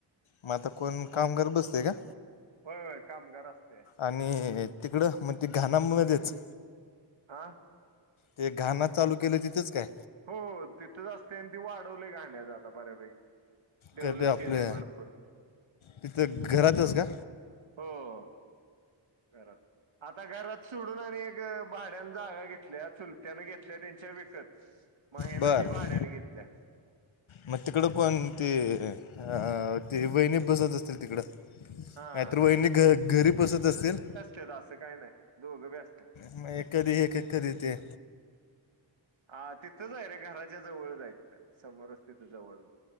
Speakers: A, on the left; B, on the right.
A: मग आता कोण काम करत बसतय का.
B: होय होय कामगार असतया.
A: आणि तिकडं म्हग ते घाणामध्येच.
B: आं.
A: ते घाणा चालू केल तिथच काय?
B: हो तिथच असते आणि ते वाढवले गाण्याच आता बर्या पैकी. डेव्हलप
A: का ते
B: केलय
A: आपले
B: भरपूर.
A: तिथं घरातच का.
B: हो, घरात. आता घरात सोडून आणि एक भाड्यान जागा घेतल्या चुलत्यान घेतल्या त्यांच्या विकत. मग हे
A: बरं
B: ना ते भाड्याने घेतल्या.
A: मग तिकड कोण ती अ ती वहिणी बसत असतील तिकड.
B: हा
A: नाहीतर वहिणी घ घरी बसत असेल.
B: छ अस काही नाही दोघ बी अत्यात.
A: मग एक कधी हे एक कधी ते
B: हा तिथंच आहे रे, घराच्या जवळचं हाय तिथं समोरच तिथं जवळ